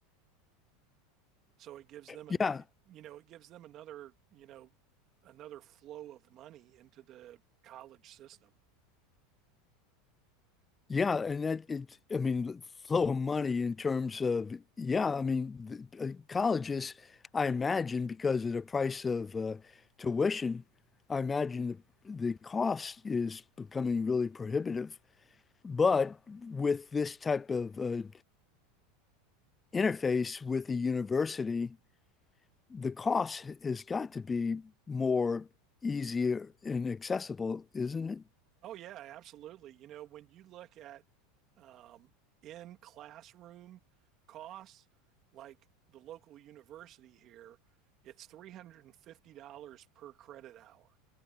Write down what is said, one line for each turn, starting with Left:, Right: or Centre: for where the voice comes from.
Right: So it gives them an
Left: Yeah,
Right: you know it gives them another you know another flow of money into the college system.
Left: yeah, and that it. I mean, flow of money in terms of yeah. I mean, the, uh, colleges, I imagine, because of the price of uh, tuition, I imagine the the cost is becoming really prohibitive. But with this type of uh, interface with the university, the cost has got to be more easier and accessible, isn't it?
Right: Oh yeah, absolutely. You know when you look at um, in classroom costs, like the local university here, it's three hundred and fifty dollars per credit hour